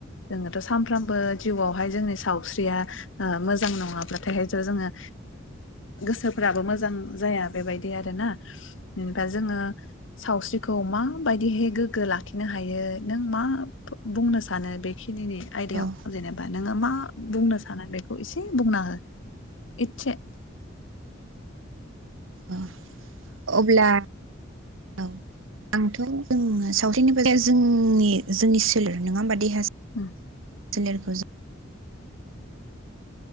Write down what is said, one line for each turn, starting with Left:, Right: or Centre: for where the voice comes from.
Left: जोङो थ' सामफ्रामबो जिउआवहाय जोंनि सावस्रिया ओ मोजां नङाब्लाथाय हायथ' जोङो ओ गोसोफ्राबो मोजां जाया बेबायदि आरोना दा जोङो सावस्रिखौ माबायदिहै गोग्गो लाखिनो हायो नों मा फ बुंनो सानो बेखि खिदिनि आयदायाव
Right: औ
Left: जेनेबा नोङो मा बुंनो साना बेखौ इसे बुंना हो। इतसे
Right: औ अब्ला औ आंथ' जों सावस्रिनि बादै जोंनि जोंनि सोलेर नङा ओमबा देहा
Left: उम
Right: लेरफोजो